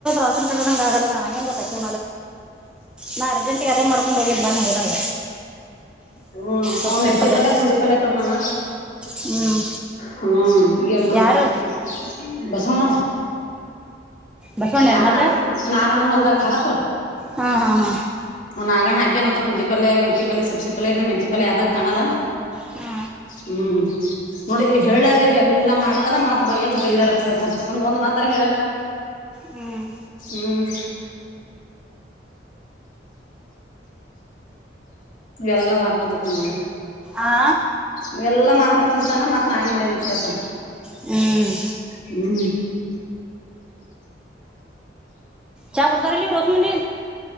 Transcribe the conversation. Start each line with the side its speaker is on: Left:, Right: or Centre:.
Centre: ವಸನ್ ಕದಂಗ ಆಲ್ಲ ನ ಹಂಗ ಬ ನಾ ಅರ್ಜೆಂಟಗ ಅದೇ ಮಾಡ್ಕೊಂಡು ಹೋಗಿದ್ದ್ ಬನ್ನ ಹೋದಾಗ
Left: ಹ್ಮ
Centre: ಸೊಪ್ಪು
Left: ಮೆತ್ತೆ
Centre: ಪಲ್ಯ
Left: ಪಲ್ಲ ಕುುಂಡ ಪಲ್ಲೆ ತಂದಾನ
Centre: ಹ್ಮ್
Left: ಹ್ಮ ಏನ್ ಮಾಡ್ಬೇಕ
Centre: ಯಾರು
Left: ಬಸವನ
Centre: ಬಸವಣ್ಣ್ಯರ
Left: ನಾಗಣನ್
Centre: ಮತ್ತ
Left: ನಾಗಣನ್ ಹೊಲ್ದ ಖನಪ್ರ
Centre: ಹಾ ಹಾ
Left: ಒ್ಾಗಣ ಹಾಕಿ ಅನಂತ ಪುಿಲ್ ಮೆಂಿಪ ಪಿ ಸಬ್ಸಿ ಪಲ್ಯನ ಮೆಂಿ ಪಲ್ಯ ಆದಂಗ ಕಾಣಲ್ಲ
Centre: ಹಾ
Left: ಹ್ಮ್ ನೋಡಿ ಇವ್ ಹೇಳ್ಯದ ಇವ ಎಲ್ಲಾ ಮಾಡ್ತಾರ ಮತ್ ಬಯ್ಯದ ಬೈದಾರ ಹೇಳ್ತನ್ ನಮ್ಗ ಒಂದ್ ಮಾತಾರ ಹೇಳೇನ
Centre: ಹ್ಮ್ ಹ್ಮ್
Left: ಹ್ಮ್ ಇವೆಲ್ಲಾ ಮಾರ್ಕೊಂತತ್ತು ನಗ
Centre: ಆ
Left: ಇವೆಲ್ಲಾ ಮಾಡಾರ್ಕೊಂಡು ತಿಂತಾನ ಮತ್ತತ್ ನಾ ಏನ್ ಮಾಡಡತ್ಕಳ್ತ
Centre: ಹ್ಮ್
Left: ಹ್ಮ್
Centre: ಚಾ ಕುಡ್ತಾರಿಲ್ಲ ಇವ್ರು ಹೊಸಮನಿ